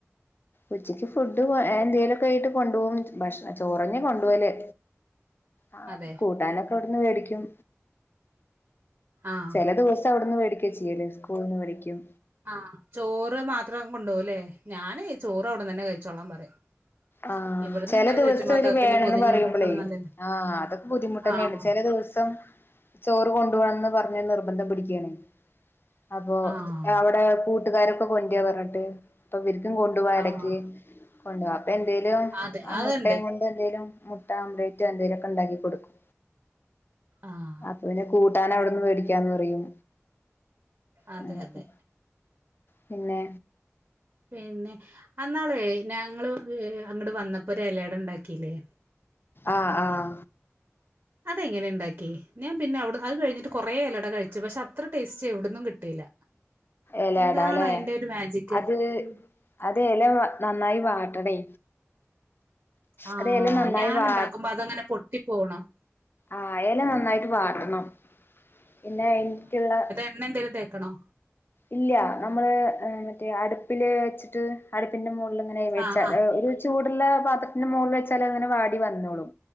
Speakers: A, on the left; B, on the right.
A: ഉച്ചിക്ക് ഫുഡ് എന്തെലൊക്കെ ആയിട്ട് കൊണ്ടുപോകും ഭക്ഷണം ചോറനെ കൊണ്ടപോവല്ലേ ആ
B: അതെ
A: കൂട്ടാനൊക്കെ ആവിടുന്ന് മേടിക്കും
B: ആഹ്
A: ചില ദിവസം അവിടുന്ന് മേടിക്ക ചെയ്യല് ഫോൺ വിളിക്കും
B: ആഹ ചോറ് മാത്രം കൊണ്ടുപോകുല്ലേ ഞാനേ ചോറ് അവിടുന് തന്നെ കഴിച്ചോളാൻ പറയും
A: ആഹ
B: ഇവിടുന്ന്
A: ചില
B: ഇങ്ങനെ
A: ദിവസം
B: ചുറ്റും പാത്രത്തില്
A: ഒര് വേണന്ന്
B: പൊതിഞ്ഞ്
A: പറയുമ്പോളേ
B: കൊണ്ടടുക്കണ നല്ലല്ലേ
A: ആഹ അതൊക്കെ ബുദ്ധിമുട്ട് തന്നെയാണ്
B: ആഹ്
A: ചില ദിവസം ചോറ് കൊണ്ടു പോണംന്ന് പറഞ് നിർബന്ധം പിടിക്കാണ് അപ്പോ
B: ആഹ്
A: അവിടെ കൂട്ടുകാരൊക്കെ കൊറ്റ പറഞ്ഞിട്ട് ഇപ്പൊവർരിക്കും കൊണ്ടു പോവാ ഇടക്ക്
B: ആഹ്
A: കൊണ്ടു പോവാ അപ്പ എന്തേലും
B: അതെ
A: ആ
B: അതുണ്ട്
A: മുട്ടയും കൊണ്ട് എന്തേലും മുട്ട ആംബലേറ്റോ എന്തേലുമൊക്കെ ഉണ്ടാക്കി കൊടുക്കും
B: ആഹ
A: അപ്പൊ പിന്നെ കൂട്ടാൻ അവിടന്ന് മേടിക്കാന്ന് പറയും
B: അതെ
A: അങ്ങനൊക്കെ
B: അതെ
A: പിന്നെ
B: പിന്നെ അന്നാള ഞങ്ങള് അങ്ങോട്ട് വന്നപ്പോ ഒരു ഇലട ഉണ്ടാക്കില്ലേ
A: ആഹ് ആഹ
B: അതെങ്ങനെ ഉണ്ടാക്കി ഞാൻ പിന്നെ അവിടെ അത് കഴിഞ്ഞിട്ട് കുറേ ഇലട കഴിച്ചു പക്ഷേ അത്ര ടേസ്റ്റ് എവിടന്നും കിട്ടിയില്ല
A: എലയടാല്ലേ
B: എന്താണ് അയിന്റെ ഒരു മാജിക്
A: അത്
B: ഉ
A: അത് എല നന്നായി വാട്ടണേ
B: ആഹ്
A: അത് എല നന്നായി
B: ഞാന്ണ്ടാക്കുമ്പോ
A: വാ
B: അതങ്ങനെ പൊട്ടി പോണ്
A: ആഹ് എല നന്നായിട്ട് വാടണം പിന്നെ <unintelligible>
B: എണ്ണന്തേലും തേക്കണോ
A: ഇല്ല നമ്മള് ഏഹ് മറ്റേ അടുപ്പില് വെച്ചിട്ട് അടുപ്പിന്റെ മുകളില് അങ്ങനെ വെച്ചാ
B: ആഹ് ആഹ്
A: ഒരു ചൂടുള്ള പാത്രത്തിന്റെ മോളില് വെച്ചാ അങ്ങനെ വാടി വന്നോളും